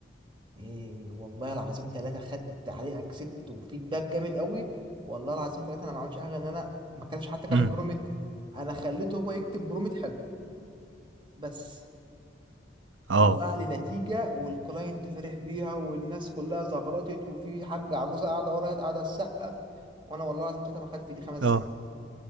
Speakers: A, on the right; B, on the right.
A: إيه والله العظيم ثلاثه خدت عليه اكسبت وفيدباك جامد قوي والله العظيم ثلاثه انا ما عملتش حاجه ان انا ما كانش حتى كمان
B: امم
A: برومت انا خليته هو يكتب برومت حلو بس
B: اه
A: طلع لي نتيجه والكلاينت فرح بيها والناس كلها زغرطت وفي حاجه عجوزه قاعده ورايا قاعده تسقف وانا والله العظيم ثلاثه ما خدت في ايدي خمس
B: اه
A: دقايق